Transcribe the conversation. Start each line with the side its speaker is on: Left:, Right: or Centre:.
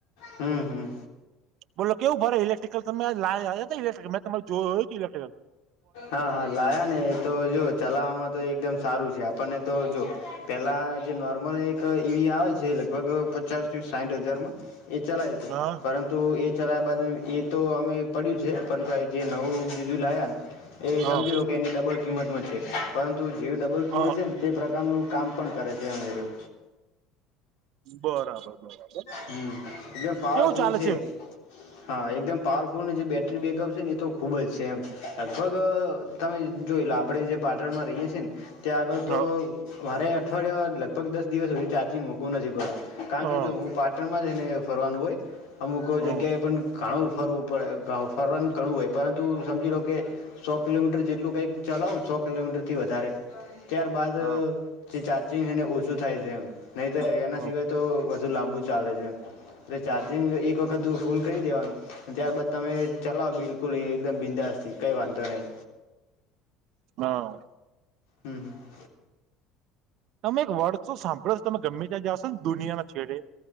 Left: હમ્મ હમ્મ
Right: બોલો કેવું ભરે ઈલેક્ટ્રિકલ તમે આજે લયા્યા તા ઈલેક્ટલ મેં તરે જોયું ઇક્ટ્રિકલ
Left: હા હા લાયા ને એ તો જો અ ચલાવવામાં તો એકદમ સારું છે આપણને તો જો પહેલાં જે નોર્મલ એક તો ઈવી આવે છે લગભગ પચાસ થી સાઠ હજારમાં એ ચલાયુ તું
Right: હા
Left: પરંતુ તો એ ચલા્યા બાદ એ તો અમે પડ્યું છે પણ જે નવું બીજું લાયા એ
Right: હા
Left: સમજી લો કે એની ડબલ કિંમતમાં છે પરંતુ જે ડબલ કિંમત
Right: હા
Left: છે ને તે પ્રકારનું કામ પણ કરે છે અમેરું
Right: બરાબર બરાબર
Left: હમ્મ એકદમ પાવરફુલ
Right: કેવું ચાલે
Left: છે હા એકદમ પાવ ફોનની જે બેટરી બેકઅપ છે એ તો ખૂબ જ છે એમ લગભગ તમે જોઈ લો આપણે જે પાટણમાં રહીએ છીએ ને ત્યાં આગળ તો
Right: હા
Left: મારે અઠવાડય લગભગ દિવસ સુધી ચાર્જિંગ મૂકવું નથી કારણ
Right: હા
Left: કે જો હું પાટણમાં જ ને ફરવાનું હોય અમુક
Right: હા
Left: જગ્યા એ પણ ઘાણું ફરવું પડે ફરવાનું ઘણું હોય પરંતુ સમજી લો કે સો કિલોમીટર જેટલું કઈક ચલાવ સો કિલોમીટર થી વધારે ત્યાર બાદ
Right: હા
Left: જે ચાર્જિંગ હે ને એ ઓછું થાય છે એમ નહીતર એના
Right: હા
Left: સિવાય તો વધુ લાંબુ ચાલે છે એમ એટલે ચાર્જિંગ એક વખતું ફૂલ કરી દેવાનું અને ત્યારબાદ તમે ચલાવો બિલકુલ એ એકદમ બિંદાસથી કંઈ વાંધો નહીં
Right: હા
Left: હમ્મ હમ્મ
Right: તમે એક વર્ડ તો સાંભળો છો તમે ગમે ત્યાં જશો ને દુનિયા ના છેડે